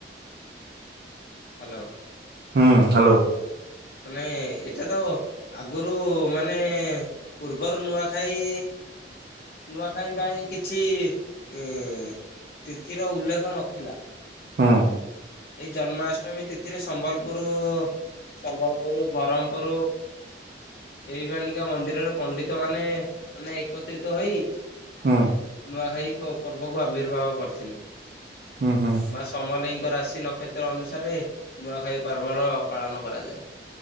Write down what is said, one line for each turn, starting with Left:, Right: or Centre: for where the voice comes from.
Left: ହାଲୋ।
Right: ହୁଁ ହାଲୋ।
Left: ମାନେ ଏଇଟା ତ ଆଗରୁ ମାନେ ପୂର୍ବରୁ ନୂଆଖାଇ ନୂଆଖାଇ ପାଇଁ କିଛି ଇ ତିଥିର ଉଲ୍ଲେଖ ନଥିଲା।
Right: ହଁ।
Left: ଏଇ ଜନ୍ମାଷ୍ଟମୀ ତିଥିରେ ସମ୍ବଲପୁରୁ ସମ୍ବଲପୁରୁ ବ୍ରହ୍ମପୁରୁ ଏଇ ମାନିକା ମନ୍ଦିରରେ ପଣ୍ଡିତ ମାନେ ମାନେ ଏକତ୍ରିତ ହୋଇ
Right: ହଁ।
Left: ନୂଆଖାଇ ପ-ପର୍ବକୁ ଆବିର୍ଭାବ କରିଥିଲେ।
Right: ହଁ ହଁ।
Left: ମାଆ ସମଲେଇଙ୍କ ରାଶି, ନକ୍ଷତ୍ର, ଅନୁସାରେ ନୂଆଖାଇ ପର୍ବର ପାଳନ କରାଯାଏ।